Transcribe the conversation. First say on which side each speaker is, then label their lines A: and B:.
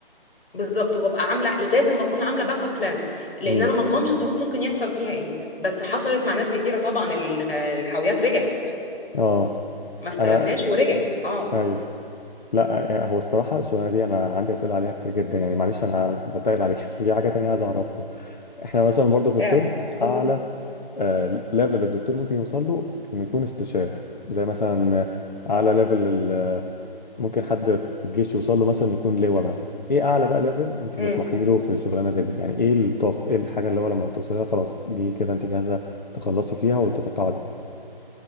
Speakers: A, on the left; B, on the left.
A: بالظبط وببقى عامله لازم اكون عامله باك اب بلان لان
B: امم
A: انا ما اضمنش الظروف ممكن يحصل فيها ايه بس حصلت مع ناس كتيره طبعا ال- الحاويات رجعت
B: اه
A: ما استلمهاش
B: انا
A: ورجعت اه
B: ايوه لا هو الصراحه الشغلانه دي انا عندي اسئله عليها كتير جدا يعني معلش انا بتقل عليك <laughs> بس في حاجه تانية عايز اعرفها احنا مثلا برضو في الطب
A: اعرف قول.
B: اعلى ليفل الدكتور ممكن يوصل له انه يكون استشاري زي مثلا آه، اعلى ليفل ممكن حد في الجيش يوصل له مثلا يكون لواء مثلا ايه اعلى بقى ليفل انت
A: مم.
B: تطمحي له في الشغلانه زي دي يعني ايه التوب ايه الحاجه اللي هو لما توصلي لها خلاص دي كده انت جاهزه تخلصي فيها وتتقاعدي